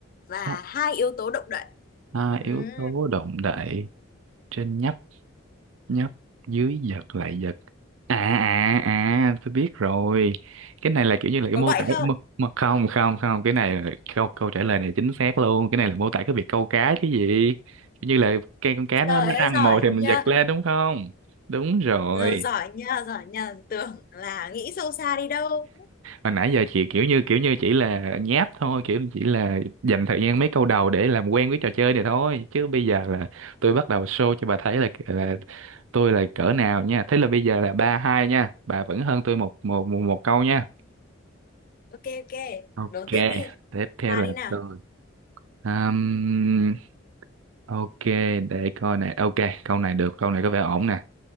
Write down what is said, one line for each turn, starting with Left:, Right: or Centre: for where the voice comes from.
Left: và
Right: không
Left: hai yếu tố động đậy
Right: hai
Left: Ừm,
Right: yếu tố động đậy trên nhấp nhấp dưới giật lại giật à à à tôi biết rồi cái này là kiểu như là cái
Left: có
Right: mô
Left: vậy
Right: tả
Left: không
Right: mà, mà không không không cái này là câu câu trả lời này chính xác luôn cái này là mô tả cái việc câu cá chứ gì kiểu như là cây con cá nó
Left: trời
Right: nó
Left: ơi
Right: ăn
Left: giỏi
Right: mồi thì mình
Left: nha
Right: giật lên đúng không đúng rồi
Left: Giờ giỏi nha giỏi nha tưởng là nghĩ sâu xa đi đâu
Right: hồi nãy giờ chị kiểu như kiểu như chỉ là nháp thôi kiểu chỉ là dành thời gian mấy câu đầu để làm quen với trò chơi này thôi chứ bây giờ là tôi bắt đầu show cho bà thấy là là tôi là cỡ nào nha thế là bây giờ là ba hai nha bà vẫn hơn tôi một một một, một câu nha
Left: ok ok
Right: Ok,
Left: đố tiếp đi
Right: tiếp theo
Left: hòa
Right: là
Left: đi nào
Right: tôi. Ừm, ok, để coi này. Ok, câu này được, câu này có vẻ ổn nè.